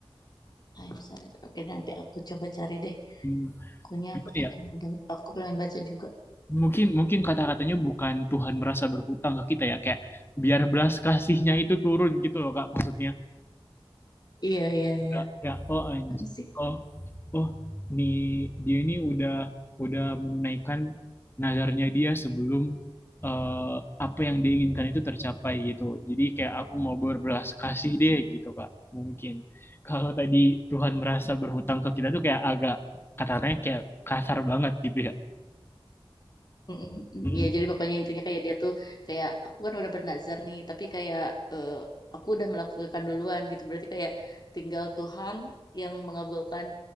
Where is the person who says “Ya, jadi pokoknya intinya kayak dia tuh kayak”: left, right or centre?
Left